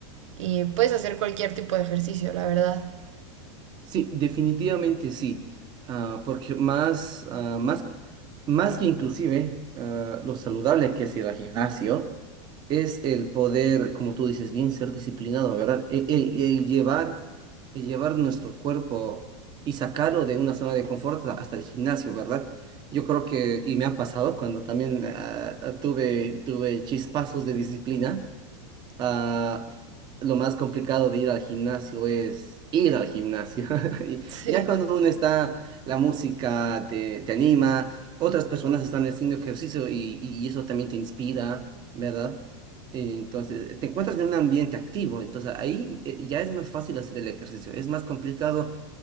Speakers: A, on the right (about 80°); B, on the right (about 30°).
A: Y puedes hacer cualquier tipo de ejercicio, la verdad. <laughs>
B: Sí, definitivamente sí, Ah, porque más, ah, más, más que inclusive ah, lo saludable que es ir al gimnasio, es el poder, como tú dices bien, ser disciplinado, ¿verdad? El, el- el llevar, el llevar nuestro cuerpo y sacarlo de una zona de confort a- hasta el gimnasio, ¿verdad? Yo creo que, y me ha pasado cuando también ah, tuve, tuve chispazos de disciplina ah, f- lo más complicado de ir al gimnasio es ir al gimnasio. <laughs> Y
A: Sí.
B: ya cuando uno está, la música te, te anima, otras personas están haciendo ejercicio y, y eso también te inspira, ¿verdad? Eh, Entonces, te encuentras en un ambiente activo, entonces ahí eh, ya es más fácil hacer el ejercicio. Es más complicado